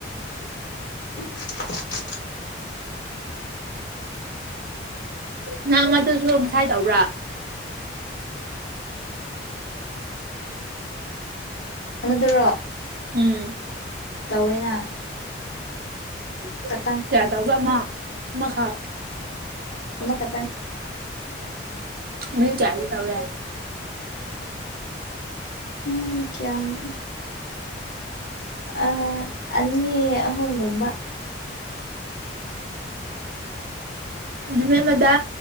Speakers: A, on the left; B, on the right.
A: <inaudible>
B: ꯅꯪ ꯃꯗꯨꯁꯨ ꯉꯁꯥꯏ ꯇꯧꯕ꯭ꯔꯥ
A: ꯗꯔꯣ
B: ꯎꯝ
A: ꯇꯧꯋꯦꯅ
B: ꯎꯝ
A: ꯈꯇꯪ
B: ꯌꯥꯗꯕ ꯃꯥ ꯃꯈꯥ
A: ꯑꯃꯃ ꯈꯇ
B: ꯃꯤ ꯆ ꯇꯧꯔꯦ
A: ꯎꯝ ꯀꯦꯃ ꯑ ꯑꯅꯤ ꯑꯍꯨꯝꯒꯨꯝꯕ
B: ꯅꯨꯃꯤꯠ ꯑꯃꯗ